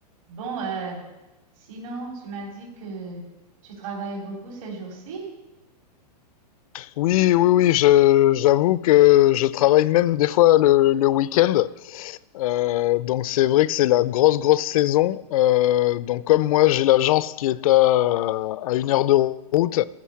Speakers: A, on the right; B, on the left.
A: Bon, euh, sinon, tu m'as dit que tu travailles beaucoup ces jours-ci.
B: Oui, oui, oui, je, j'avoue que je travaille même des fois le, le week-end. Euh, donc c'est vrai que c'est la grosse, grosse saison. Euh, donc comme moi, j'ai l'agence qui est à, à une heure de route,